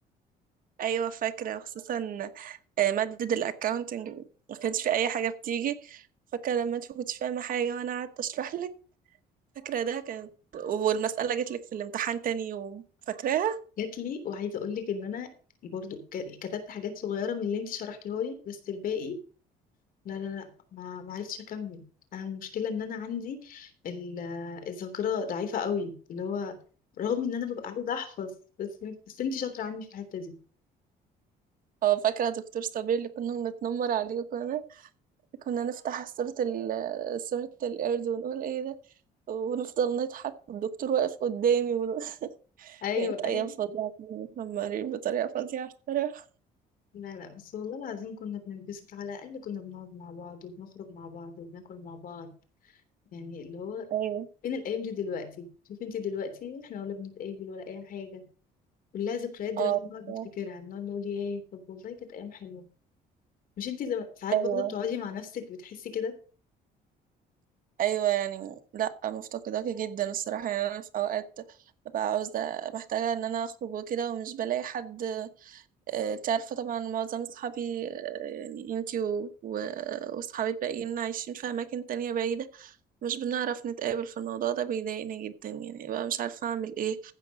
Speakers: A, on the right (about 55°); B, on the left (about 55°).
A: أيوة فاكرة خصوصا آه، مادة الأكاونتنج ما كانش في أي حاجة بتيجي فاكرة لما أنت كنتش فاهمة حاجة وأنا قعدت أشرح لك فاكرة ده كان والمسألة جت لك في الامتحان تاني يوم فاكراها؟
B: جات لي وعايزه اقول لك ان انا برضو ك- كتبت حاجات صغيرة من اللي انت شرحتيها لي بس الباقي لا لا لا ما ما عرفتش اكمل انا المشكله ان انا عندي ال- آه، الذاكره ضعيفه قوي اللي هو رغم ان انا ببقى عايزه احفظ بس بس انتي شاطره عني في الحته دي
A: اه فاكرة دكتور صابر اللي كنا بنتنمر عليه وكنا كنا نفتح صورة ال صورة القرد ونقول ايه ده ونفضل نضحك والدكتور واقف قدامي ون... <laughs>
B: ايوه
A: يعني كانت أيام
B: ايوه
A: فظيعة كنا متنمرين بطريقة فظيعة الصراحة
B: لا لا بس والله العظيم كنا بننبسط على الاقل كنا بنقعد مع بعض وبنخرج مع بعض وبناكل مع بعض يعني اللي هو
A: ايوه
B: فين الايام دي دلوقتي شوفي انتي دلوقتي احنا ولا بنتقابل ولا اي حاجه كلها ذكريات دلوقتي
A: اه
B: بنقعد
A: بصراحة.
B: نفتكرها بنقعد نقول ياه طب والله كانت ايام حلوه مش انتي زم... ساعات
A: ايوه
B: برضه بتقعدي مع نفسك بتحسي كده
A: ايوه يعني لا مفتقداك جدا الصراحه يعني انا في اوقات ببقى عاوزه محتاجه ان انا اخرج وكده ومش بلاقي حد آه، انت عارفه طبعا معظم اصحابي آه، يعني انتي و- و- واصحابي الباقيين عايشين في اماكن تانية بعيده مش بنعرف نتقابل في الموضوع ده بيضايقني جدا يعني بقى مش عارفة أعمل إيه